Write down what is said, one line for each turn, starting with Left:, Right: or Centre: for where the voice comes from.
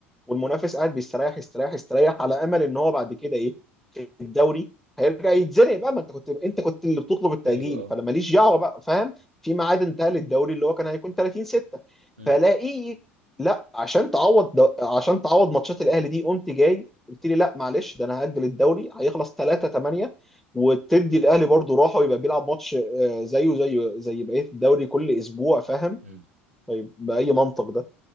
Centre: والمنافس قاعد بيستريح يستريح يستريح على امل ان هو بعد كده ايه في الدوري هيرجع يتزنق بقى ما انت كنت انت كنت اللي بتطلب التأجيل
Right: ايوه اه
Centre: فانا ماليش دعوه بقى فاهم في ميعاد انتهى للدوري اللي هو كان هيكون 30 6
Right: امم
Centre: فلاقيه لا عشان تعوض دو... عشان تعوض ماتشات الاهلي دي قمت جاي قلت لي لا معلش ده انا هأجل الدوري هيخلص 3 8 وتدي الاهلي برضه راحه ويبقى بيلعب ماتش آه، زيه زيه زي بقيه الدوري كل اسبوع فاهم
Right: امم
Centre: طيب باي منطق ده